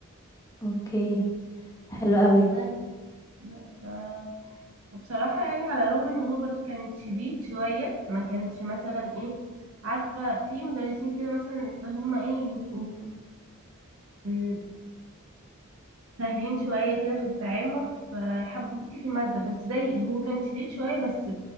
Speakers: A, on the left; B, on the right.
A: اوكي حلو قوي
B: بس ما- ف... وبصراحه يعني على الرغم ان هو برضو كان شديد شويه ما كانش مثلا ايه عارفة في مدرسين كده مثلا اللي هما ايه يبقوا م، سهلين شوية كده في التعامل فيحببوك في المادة بس ده ي- هو كان شديد شوية بس